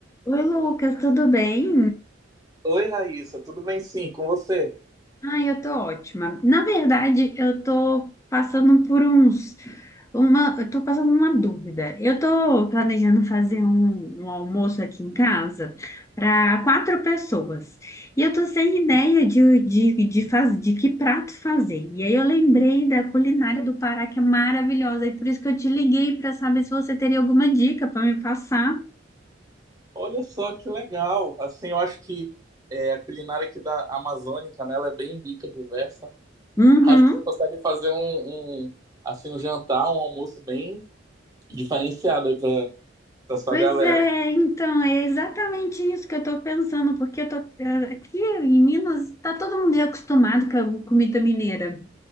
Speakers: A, on the left; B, on the right.
A: Oi, Lucas, tudo bem?
B: Oi, Raíssa, tudo bem sim, com você?
A: Ai, eu tô ótima. Na verdade, eu tô passando por uns, uma, eu tô passando uma dúvida. Eu tô planejando fazer um, um almoço aqui em casa para quatro pessoas. E eu tô sem ideia de, de, de, faz, de que prato fazer. E aí eu lembrei da culinária do Pará, que é maravilhosa, e por isso que eu te liguei para saber se você teria alguma dica para me passar.
B: Olha só que legal. Assim, eu acho que é, a culinária aqui da Amazônica, né, ela é bem rica, diversa.
A: Uhum.
B: Acho que você consegue fazer um, um, assim, um jantar, um almoço bem diferenciado aí para para sua
A: Pois
B: galera.
A: é, então é exatamente isso que eu tô pensando, porque eu tô eh, aqui em Minas, tá todo mundo acostumado com a comida mineira.